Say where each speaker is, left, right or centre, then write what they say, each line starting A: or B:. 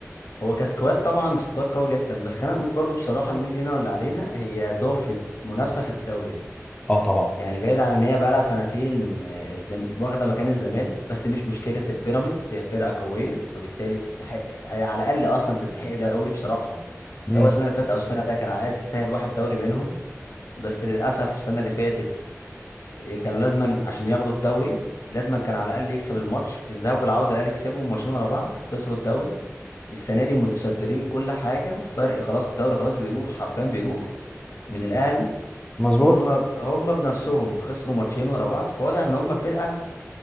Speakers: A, on the left; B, on the left.
A: هو كسكواد طبعا سكواد قوي جدا بس خلينا نقول برضه بصراحة نقول لنا ولا علينا هي ضافت منافسة في الدوري
B: اه طبعا
A: يعني بعيد عن ان هي بقى لها سنتين آه، الزم... واخده مكان الزمالك بس دي مش مشكله البيراميدز هي فرقه قويه فبالتالي تستحق هي على الاقل اصلا تستحق دوري بصراحه سواء
B: امم
A: السنه اللي فاتت او السنه ده كان على الاقل تستاهل واحد دوري منهم بس للاسف السنه اللي فاتت آه، كانوا لازما عشان ياخدوا الدوري لازما كان على الاقل يكسب الماتش الذهاب والعوده الاهلي كسبهم ماتشين ورا بعض خسروا الدوري السنه دي متصدرين كل حاجه وفرق خلاص الدوري خلاص بيروح حرفيا بيروح من الاهلي
B: مظبوط
A: هم ب... هم بنفسهم خسروا ماتشين ورا بعض فواضح ان هم فرقه